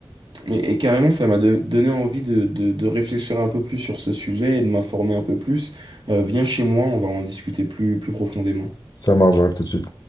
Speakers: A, on the right; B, on the left.
A: mais- et carrément, ça m'a don- donné envie de, de- de réfléchir un peu plus sur ce sujet et de m'informer un peu plus. Euh, viens chez moi, on va en discuter plus, plus profondément.
B: Ça marche, j'arrive tout de suite.